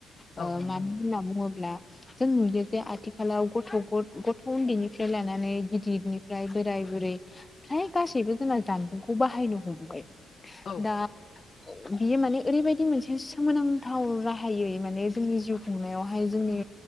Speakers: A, on the left; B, on the left.
A: ओ
B: औ नोंथां
A: मानो होनना बुङोब्ला जों नुयो जे आथिखालाव गथ' गथ' उन्दैनिफ्राय लानानै गिदिर ओमफ्राय बोराय बुरै फ्रफ्राय गासैबो जों जानबुंखौ बाहायनो हमबाय
B: औ
A: दा बियो माने ओरैबायदि मोनसे सोमोनांथाव राहायै माने जोंनि जिउ खुंनायावहाय जोंनि